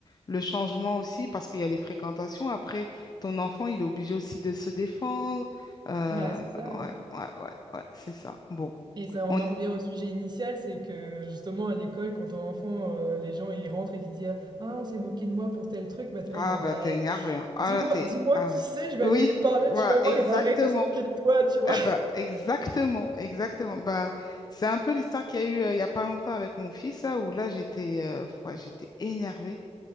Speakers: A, on the left; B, on the right.
A: le changement aussi, parce qu'il y a les fréquentations. Après, ton enfant, il est obligé aussi de se défendre. Euh,
B: bah, c'est ça. hein.
A: ouais, ouais, ouais, ouais, c'est ça. Bon,
B: Et ça, on
A: on...
B: en revient au sujet initial, c'est que justement à l'école, quand on est enfant, euh, les gens ils rentrent et qu'ils disent «Ah, on s'est moqué de moi pour tel truc», bah t'es
A: Ah,
B: là genre «Bah,
A: bah, t'es énervé, hein. Ah,
B: dis-moi,
A: là, t'es...
B: dis-moi
A: Ah,
B: qui
A: ouais.
B: c'est, je vais
A: Oui,
B: aller lui parler,
A: voilà,
B: tu vas voir,
A: exactement.
B: il va arrêter de se moquer de toi», tu vois.
A: Eh ben, exactement, exactement. Bah, c'est un peu l'histoire qu'il y a eu euh, il y a pas longtemps avec mon fils, là, où là, j'étais euh, ouais, j'étais énervée.